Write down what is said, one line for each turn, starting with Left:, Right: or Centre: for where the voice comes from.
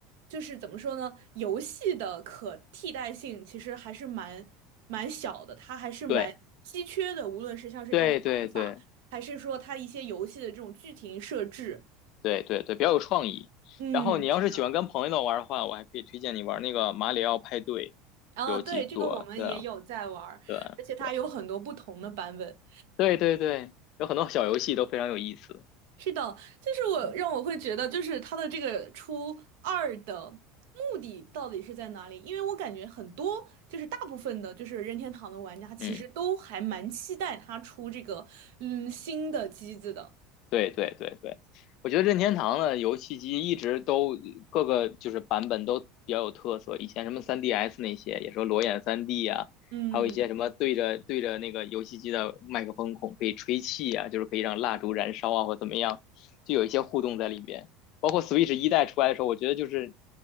Right: 就是怎么说呢，游戏的可替代性其实还是蛮蛮小的，它还是蛮稀缺的，
Left: 对
Right: 无论是像是它的玩法，
Left: 对对对
Right: 还是说它一些游戏的这种剧情设置，
Left: 对对对对，比较有创意。
Right: 嗯，
Left: 然后你要是喜欢跟朋友玩的话，
Right: 是的。
Left: 我还可以推荐你玩那个《马里奥派对》，
Right: 然对，
Left: 有几座，
Right: 这个我们也有在玩儿而且它有很多不同的版本。
Left: 对对对对对对，有很多小游戏都非常有意思。
Right: 是的，就是我让我会觉得，
Left: 嗯
Right: 就是它的这个出二的目的到底是在哪里？因为我感觉很多，就是大部分的，就是任天堂的玩家其实都还蛮期待它出这个嗯新的机子的。
Left: 嗯。对对对对，我觉得任天堂的游戏机一直都各个就是版本都比较有特色。以前什么 3DS 那些，也说裸眼 3D 啊，
Right: 嗯
Left: 还有一些什么对着对着那个游戏机的麦克风孔可以吹气啊，就是可以让蜡烛燃烧啊或怎么样，就有一些互动在里边。包括 Switch 一代出来的时候，我觉得就是